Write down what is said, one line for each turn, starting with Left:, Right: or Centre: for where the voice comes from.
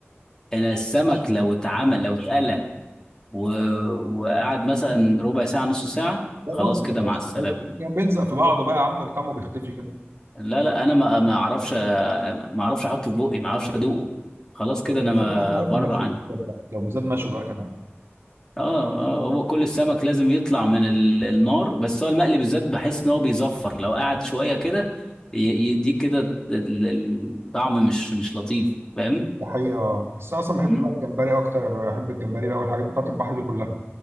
Left: انا السمك لو اتعمل لو اتقلى و... وقعد مثلا ربع ساعه نص ساعه
Right: لا
Left: خلاص
Right: خلاص
Left: كده
Right: كده خلاص
Left: مع السلامه
Right: الحاجات- يعني بيلزق في بعضه بقى يا عم طعمه بيختفي كده
Left: لا لا انا ما ما اعرفش ما اعرفش احطه في بقي ما اعرفش ادوقه خلاص كده
Right: اه
Left: انا
Right: بالذات
Left: ما
Right: لو انت عارف
Left: بره
Right: المشوي
Left: عنه
Right: بالذات بقى لو بالذات مشوي بقى كمان
Left: اه اه هو كل السمك لازم يطلع من ال- النار بس هو المقلي بالذات بحس ان هو بيزفر لو قعد شويه كده ي- يديك كده ال- ال- الطعم مش مش لطيف فاهم
Right: ده حقيقة اه بس انا اصلا بحب
Left: مم.
Right: بقى الجمبري اكتر أنا بحب الجمبري بقى والحاجات بتاعت البحر دي كلها